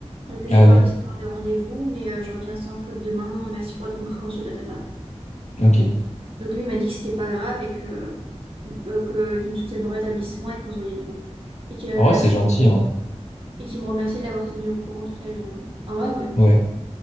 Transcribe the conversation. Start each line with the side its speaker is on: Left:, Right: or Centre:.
Right: Donc j'ai
Left: Ah
Right: pas
Left: oui,
Right: réussi à avoir de rendez-vous, mais euh, je reviens sans faute demain. Merci pour votre compréhension, tata.
Left: ok.
Right: Donc lui, il m'a dit que c'était pas grave et que, euh, que- qu'il me souhaitait bon rétablissement et qu'on se voyait demain. Et que euh,
Left: En
Right: merci
Left: vrai, c'est gentil, hein.
Right: et qu'il me remerciait de l'avoir tenu au courant toute la journée. En vrai, ouais.
Left: Ouais,